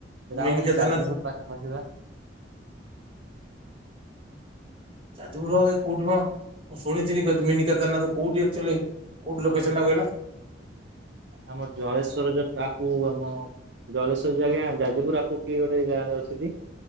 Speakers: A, on the right; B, on the right.
A: ସେଇଟା
B: ମିନି
A: ଆମର ଯୋଉ
B: କେଦାରନାଥ
A: ଯାଜପୁର ପାଖପାଖିି ବା।
B: ଯାଜପୁର ରେ ଭାଇ କୋଉଠି କଣ? ମୁଁ ଶୁଣିିଥିନିି ମିନି କେଦାରନାଥ କୋଉଠି ଆକ୍ଚୁଆଲି କୋଉଠି ଲୋକେସନ ଟା କହିଲ।
A: ଆମର ଜଳେଶ୍ଵର ଯୋଉ ତାକୁ ଆମ ଜଳେଶ୍ୱର ଆଜ୍ଞା ଯାଜପୁର ର ଆଗକୁ କି ଗୋଟେ ଗାଁରେ ଅଛନ୍ତି।